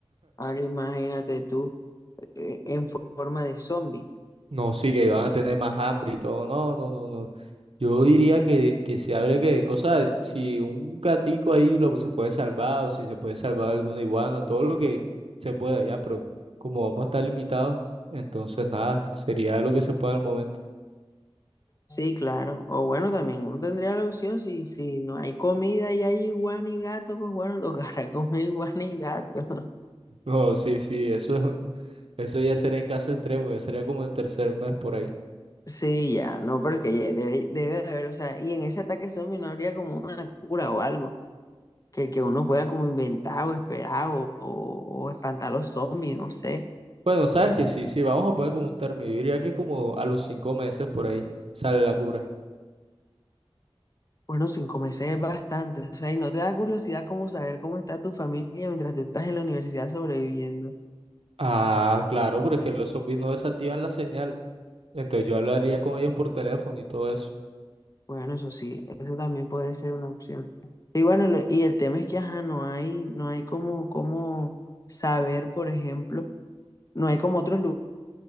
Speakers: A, on the left; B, on the right.
A: Ahora imagínate tú eh, en forma de zombie.
B: No, sí, que van a tener más hambre y todo. No, no, no, no. Yo diría que, que si habría que, o sea, si un gatico ahí lo se puede salvar o si se puede salvar alguna iguana, todo lo que se pueda ya, pero como vamos a estar limitados, entonces nada, sería lo que se pueda al momento. <laughs>
A: Sí, claro. O bueno, también uno tendría la opción, si, si no hay comida y hay iguana y gato, pues bueno, tocará <laughs> comer iguana y gato.
B: No, sí, sí, eso, eso ya sería en caso extremo, ya sería como el tercer mes por ahí.
A: Sí, ya, no, pero es que ya debe, debe de haber, o sea, y en ese ataque zombie no habría como una cura o algo, que, que uno pueda como inventar o esperar o, o- o espantar a los zombies, no sé.
B: Bueno, sabes que sí, sí, vamos a poner como un término, yo diría que como a los cinco meses por ahí sale la cura.
A: Bueno, sin comerse es bastante, o sea, y no te da curiosidad como saber cómo está tu familia mientras tú estás en la universidad sobreviviendo.
B: Ah, claro, porque los zombies no desactivan la señal, entonces yo hablaría con ellos por teléfono y todo eso.
A: Bueno, eso sí, eso también puede ser una opción. Y bueno, lo- y el tema es que, ajá, no hay, no hay como, como saber, por ejemplo, no hay como otros lu-